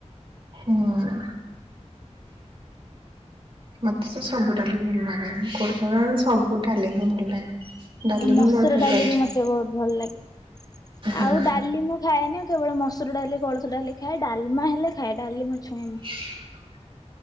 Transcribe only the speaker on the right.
ହୁଁ। ମତେ ତ ସବୁଠାରୁ ଭଲ ଲାଗେ କୋଳଥ ଡାଲି ସବୁଡାଲିହିଁ ଭଲ ଲାଗେ। ଡାଲି ହିଁ
ମୋର ଫେବରାଇଟ୍।
ହୁଁ।
<unintelligible>